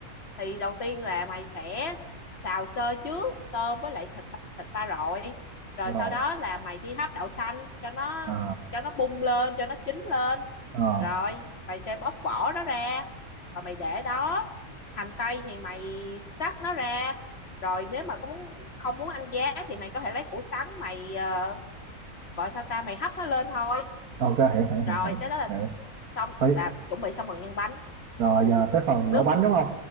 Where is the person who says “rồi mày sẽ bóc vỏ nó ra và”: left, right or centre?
Left